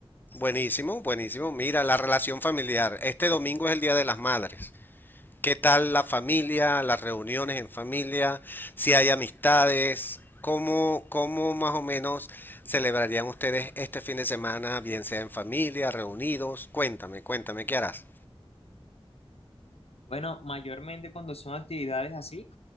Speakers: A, on the left (about 20°); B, on the left (about 75°).
A: Buenísimo, buenísimo. Mira, la relación familiar. Este domingo es el Día de las Madres. ¿Qué tal la familia, las reuniones en familia? Si hay amistades, ¿cómo, cómo más o menos celebrarían ustedes este fin de semana, bien sea en familia, reunidos? Cuéntame, cuéntame, ¿qué harás?
B: Bueno, mayormente cuando son actividades así,